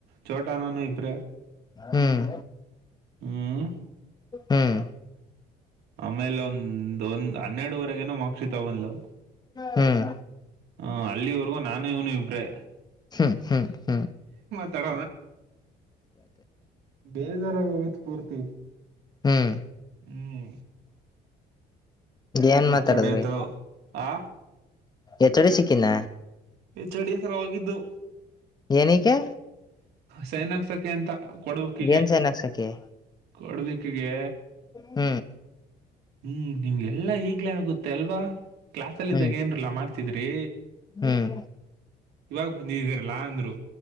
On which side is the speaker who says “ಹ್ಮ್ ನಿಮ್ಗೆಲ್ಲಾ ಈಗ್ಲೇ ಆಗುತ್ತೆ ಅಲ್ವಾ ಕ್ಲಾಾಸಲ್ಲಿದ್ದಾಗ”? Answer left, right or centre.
Right